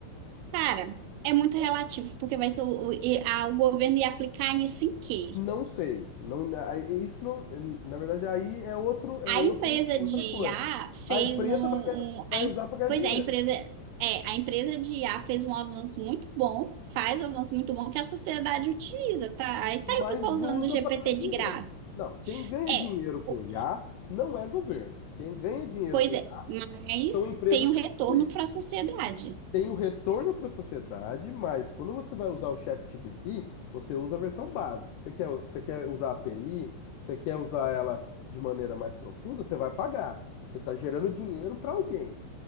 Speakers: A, on the right (about 85°); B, on the left (about 85°).
A: cara. É muito relativo, porque vai ser o, o, e- a- o governo ia aplicar nisso em quê?
B: Não sei, não, aí- isso não, eh, na verdade aí é outro, é
A: A
B: outro,
A: empresa
B: outra
A: de
B: coisa.
A: I A fez
B: A empresa
A: um, um-
B: vai ganhar- vai
A: a, em-
B: usar para ganhar
A: pois
B: dinheiro,
A: é, a empresa é, a empresa de I A fez um avanço muito bom, faz um avanço muito bom que a sociedade utiliza, tá? Aí tá
B: mas
A: aí o pessoal usando
B: usa
A: o GPT
B: para ganhar
A: de
B: dinheiro.
A: graça.
B: Não, quem ganha
A: É,
B: dinheiro com
A: o-
B: IA não é governo. Quem ganha dinheiro
A: pois
B: com IA
A: é, mas
B: são empresas
A: tem um
B: capitalistas.
A: retorno para a sociedade.
B: Tem o retorno para a sociedade, mas quando você vai usar o ChatGPT, você usa a versão básica. Você quer, você quer usar a API, você quer usar ela de maneira mais profunda, você vai pagar. Você está gerando dinheiro para alguém.